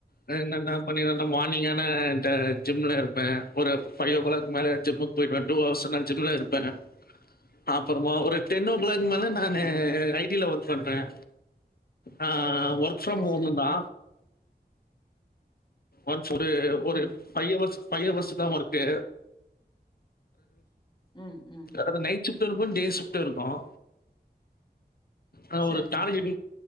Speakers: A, on the left (about 60°); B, on the left (about 25°).
A: நா என்னென்ன பண்ணினேன்னா மார்னிங்கானா த ஜிம்ல இருப்பேன் ஒரு ஃபைவ் ஓ கிளாக் மேல ஜிம்முக்கு போயிட்டு வண்டு ஒரு சில டைம்ல ஜிம்ல இருப்பேன் அப்புறமா ஒரு டென் ஓ கிளாக் மேல நானு ரை கீல்ல ஒர்க் பண்றேன் ஆ ஒர்க் ஃப்ரம்
B: சரி
A: ஹோம்
B: சரிங்க
A: தா ஒன்ஸ் ஒரு ஒரு
B: ம்
A: ஃபைவ் ஹவர்ஸ் ஃபைவ் ஹவர்ஸ் தான் ஒர்க்கே
B: ம் ம்
A: அது நைட் ஷிஃப்டும் இருக்கும் டே ஷிஃப்டும் இருக்கும் ஆ
B: சரிங்க
A: ஒரு டார்கெட்